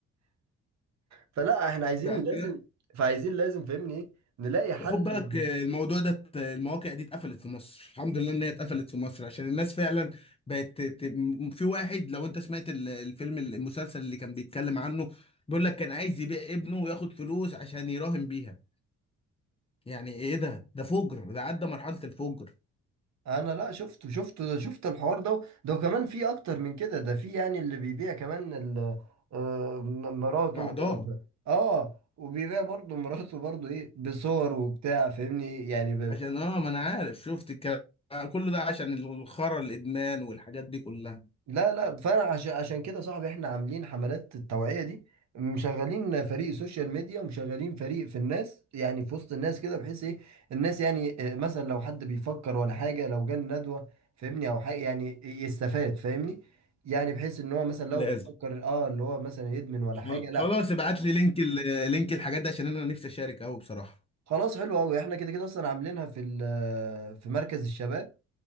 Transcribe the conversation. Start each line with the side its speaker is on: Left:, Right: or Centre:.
Right: فلا احنا عايزين
Left: يعني
Right: لازم
Left: لا.
Right: فعايزين لازم فاهمني ايه نلاقي حل
Left: وخد بالك آه، الموضوع ده ات- المواقع دي اتقفلت في مصر الحمد لله ان هي اتقفلت في مصر عشان الناس فعلا بقت ت- ت- في واحد لو انت سمعت ال- الفيلم المسلسل اللي كان بيتكلم عنه بيقول لك كان عايز يبيع ابنه وياخد فلوس عشان يراهن بيها يعني ايه ده ده فجر ده عدى مرحلة الفجر
Right: انا لا شفت شفت شفت الحوار ده ده كمان في اكتر من كده ده في يعني اللي بيبيع كمان ال- آه، م- مراته
Left: عضال
Right: ب- ب- اه وبيبيع برضه مراته برضه ايه بصور وبتاع فاهمني يعني
Left: عشان اه ما انا عارف شفت الكلام كله ده عشان الخرا الادمان والحاجات دي كلها
Right: لا لا فانا عشان عشان كده صاحبي احنا عاملين حملات التوعية دي مشغلين فريق سوشيال ميديا ومشغلين فريق في الناس يعني في وسط الناس كده بحيث ايه الناس يعني آه، مثلا لو حد بيفكر ولا حاجة لو جه ندوة فاهمني او حاجة يعني آه، يستفاد فاهمني يعني بحيث ان هو مثلا لو
Left: لازم
Right: بيفكر اه اللي هو مثلا يدمن ولا
Left: خل-
Right: حاجة لا
Left: خلاص ابعت لي لينك ال- لينك الحاجات دي عشان انا نفسي اشارك قوي بصراحة
Right: خلاص حلو قوي احنا كده كده اصلا عاملينها في ال- آه، في مركز الشباب